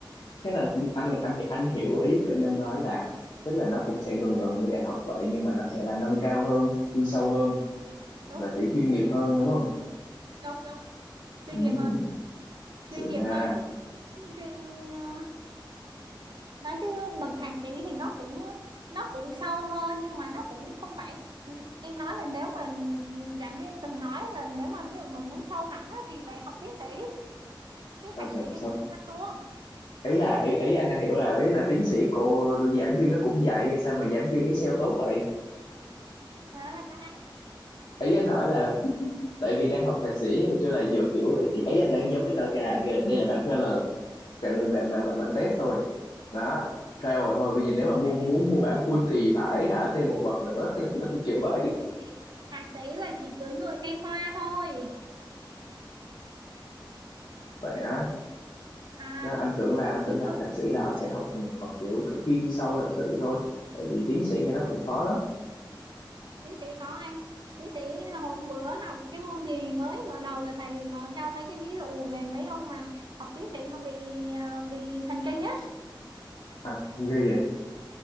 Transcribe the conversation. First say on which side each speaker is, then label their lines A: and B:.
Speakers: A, on the left; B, on the right.
A: thế là anh anh anh hiểu ý của em đang nói là tức là nó cũng sẽ gần gần như đại học vậy nhưng mà nó sẽ là nâng cao hơn chuyên sâu hơn
B: đúng
A: và kiểu chuyên nghiệp hơn đúng không
B: đúng đúng chuyên
A: ừ.
B: nghiệp hơn chuyên
A: xịn
B: nghiệp
A: ha
B: hơn chứ chuyên ờ, nói chứ bậc thạc sĩ thì nó cũng nó cũng sâu hơn nhưng mà nó cũng không phải em nói là nếu mà giảng viên từng nói là nếu mà ví dụ mà muốn sâu hẳn á, thì phải học tiến sĩ chứ
A: sao
B: thạc
A: sao
B: sĩ thì
A: sao
B: cũng hoa chuông
A: ý là ý ý anh đang hiểu là ý là tiến sĩ cô giảng viên nó cũng dạy hay sao mà giảng viên ấy sale tốt vậy
B: đó là sao
A: ý anh nói là tại vì đang học thạc sĩ rồi kêu là dựa kiểu ấy anh đang giống với nợ cái là kìa, đây là bản trailer bản bản bản, bản, test thôi đó trial thôi bây giờ nếu mà mua
B: đấy
A: muốn mua bản full thì phải hả thêm một bậc nữa <laughs> kiểu vậy
B: đúng vậy thạc sĩ là chỉ cưỡi ngựa xem hoa thôi
A: vậy á
B: à
A: đó, anh tưởng là anh
B: cưỡi
A: tưởng làm
B: ngựa
A: thạc sĩ là họ sẽ học học kiểu kiểu chuyên sâu thật sự thôi tại vì tiến sĩ nghe nó cũng khó lắm
B: tiến sĩ khó ăn tiến sĩ hôm bữa học cái môn gì mới mở đầu là thầy mở cho mấy cái ví dụ về mấy ông mà học tiến sĩ mà bị à, bị thần kinh á
A: à ghê vậy